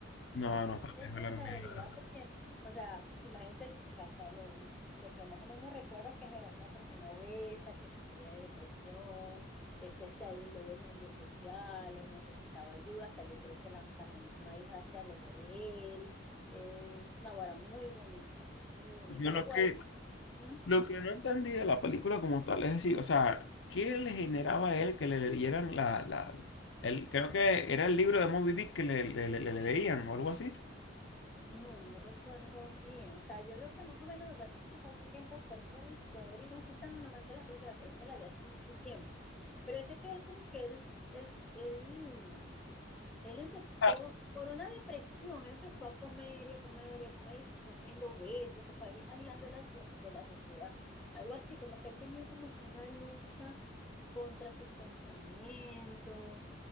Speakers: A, on the left; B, in the centre.
A: No,
B: no es
A: no está
B: lejos
A: lejos de
B: de
A: la
B: la
A: realidad.
B: realidad porque, o sea, imagínate, o sea, hasta lo, lo que más o menos recuerdo es que era una persona obesa, que sufría de depresión, este, se aisló del mundo social, los necesitaba ayuda, hasta yo creo que la- hasta la misma hija se alejó de él. Eh, Naguará, muy bonita, muy bonita.
A: Yo
B: Igual,
A: lo que,
B: ¿m?
A: lo que no entendí de la película como tal es decir, o sea, ¿qué le generaba a él que le leyeran la, la, el, creo que era el libro de Moby Dick que le, le- le- le le leían o algo así?
B: no, no recuerdo bien. O sea, yo lo que más o menos lo que pasa es que fue hace tiempo, por eso yo ahorita no soy tan amante de la película, por eso la vi hace mucho tiempo. pero ese que es como que él, él, él, él empezó
A: Ah.
B: por una depresión, él empezó a comer y a comer y a comer y se fue poniendo obeso, se fue aislando de la, so- de la sociedad, algo así, como que él tenía como que una lucha contra sus pensamientos,